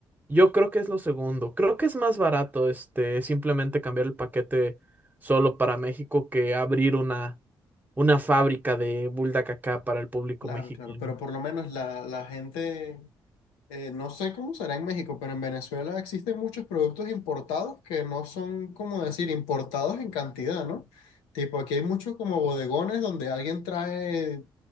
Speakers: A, on the right (about 15°); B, on the left (about 80°).
A: Yo creo que es lo segundo. Creo que es más barato, este, simplemente cambiar el paquete solo para México que abrir una, una fábrica de bulldacacá acá para el público
B: Claro,
A: mexicano.
B: claro, pero por lo menos la, la gente, eh, no sé cómo será en México, pero en Venezuela existen muchos productos importados que no son, como decir, importados en cantidad, ¿no? Tipo, aquí hay muchos como bodegones donde alguien trae